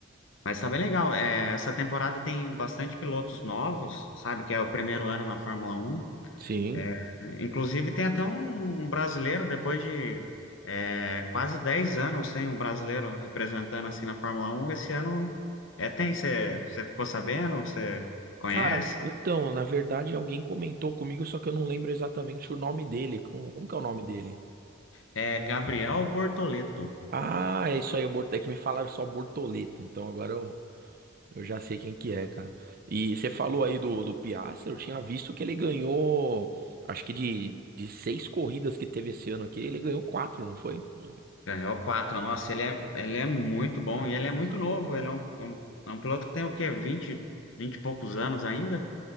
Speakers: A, on the left (about 70°); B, on the right (about 45°).
A: mas tá bem legal. É, essa temporada tem bastante pilotos novos, sabe? Que é o primeiro ano na Fórmula Um
B: Sim.
A: É, inclusive tem até um, um brasileiro, depois de é, quase 10 anos sem um brasileiro representando assim na Fórmula Um esse ano é, tem, você ficou sabendo? Você conhece?
B: Cara, então, na verdade, alguém comentou comigo, só que eu não lembro exatamente o nome dele. Como, como que é o nome dele?
A: É Gabriel Bortoleto.
B: Ah, é isso aí, o Bort- é que me falaram só Bortoleta, então agora eu, eu já sei quem que é, cara. E você falou aí do, do Piastri, eu tinha visto que ele ganhou, acho que de, de seis corridas que teve esse ano aqui, ele ganhou quatro, não foi? De-
A: Ganhou quatro. Nossa, ele é, ele é muito bom
B: Cara,
A: e ele
B: é sensacional.
A: é muito novo. Ele é um, um, é um piloto que tem o quê? vinte vinte e poucos anos ainda.